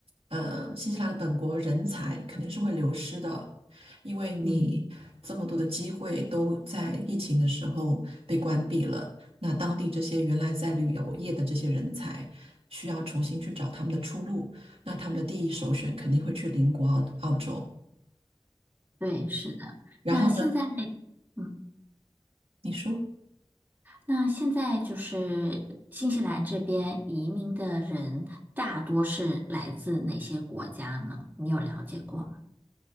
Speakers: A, on the right (about 70°); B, on the right (about 20°).
A: 呃，新西兰的本国人才肯定是会流失的，因为你这么多的机会都在疫情的时候被关闭了，
B: 嗯，
A: 那当地这些原来在旅游业的这些人才需要重新去找他们的出路，那他们的第一首选肯定会去邻国澳澳洲，
B: 对，是的。那现在，
A: 然后呢，
B: 嗯。
A: 你说。
B: 那现在就是新西兰这边移民的人大多是来自哪些国家呢？你有了解过吗？